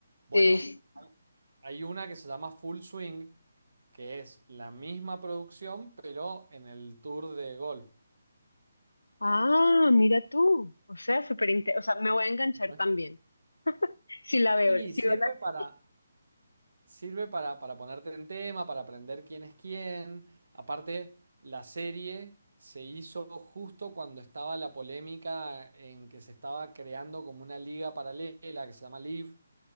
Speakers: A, on the right; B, on the left.
A: Bueno,
B: Sí.
A: hay una que se llama Full Swing, que es la misma producción, pero en el Tour de Golf.
B: Ah, mira tú. O sea, súper inte- O sea, me voy a enganchar
A: Muestra-
B: también. Si la veo,
A: Y
B: si
A: sirve
B: veo la serie.
A: para, Sirve para, para ponerte en tema, para aprender quién es quién. Aparte, la serie se hizo justo cuando estaba la polémica en que se estaba creando como una liga paralela que se llama Liv.